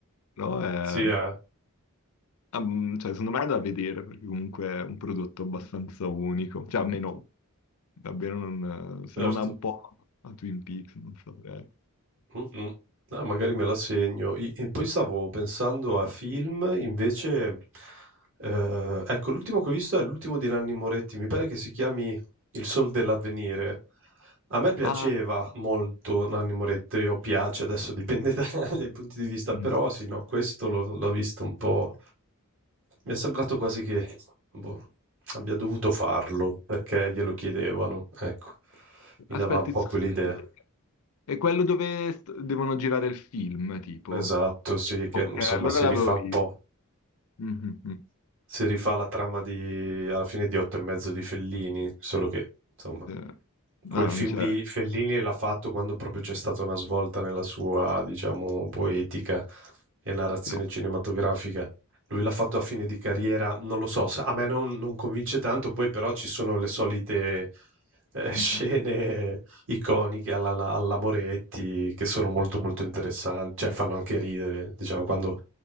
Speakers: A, on the left (about 75°); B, on the right (about 60°).
A: però è...
B: Sì, eh.
A: ehm, cioè, secondo me è da vedere, perché comunque è un prodotto abbastanza unico, cioè almeno davvero non... se
B: Certo.
A: non ha un po' a Twin Peaks, non saprei.
B: Mh-mh. Ah, magari me la segno. I e poi stavo pensando a film invece, ehm, ecco l'ultimo che ho visto è l'ultimo di Nanni Moretti, mi pare che si chiami Il Sol dell'Avvenire. A me piaceva
A: Ah,
B: molto Nanni Moretti, o piace, adesso <laughs> dipende da dai punti di vista,
A: mm.
B: però sì, no, questo l'ho l'ho visto un po' mi è sembrato quasi che, boh, abbia dovuto farlo perché glielo chiedevano, ecco. Mi
A: aspetta,
B: dava un po'
A: il sogno-
B: Mh. quell'idea.
A: è quello dove st- devono girare il film, tipo.
B: Esatto, sì, che
A: Ok,
B: insomma
A: allora
B: si
A: l'avevo
B: rifà
A: visto.
B: un po'.
A: Mhm, mhm.
B: Si rifà la trama di alla fine di Otto e mezzo di Fellini, solo che insomma
A: Eh, No,
B: Quel
A: non
B: film
A: c'è.
B: lì Fellini l'ha fatto quando proprio c'è stata una svolta nella sua, diciamo, poetica e narrazione
A: sì, No.
B: cinematografica. Lui l'ha fatto a
A: no.
B: fine di carriera, non lo so, sa- a me non, non convince tanto, poi però ci sono le solite eh, <laughs> scene
A: Mhm.
B: iconiche alla, alla Moretti che sono molto molto interessanti, cioè fanno anche ridere, diciamo, quando